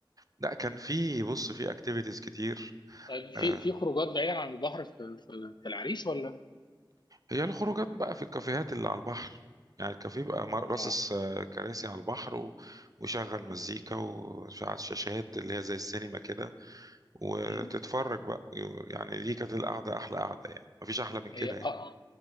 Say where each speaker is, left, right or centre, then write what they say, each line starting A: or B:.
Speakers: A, on the right (about 45°); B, on the left (about 60°).
A: لا كان في بص في اكتيفيتيز كتير
B: طيب
A: آه،
B: في في خروجات بعيدة عن البحر في في في العريش ولا؟
A: هي الخروجات بقى في الكافيهات اللي على البحر يعني الكافيه بقى مر- راصص
B: اه
A: آه، كراسي على البحر و... وشغل مزيكا وشغل شاشات اللي هي زي السينما كده وتتفرج
B: امم
A: بقى يعني دي كانت القعدة أحلى قعدة يعني مفيش أحلى من
B: هي
A: كده يعني
B: أ- أ-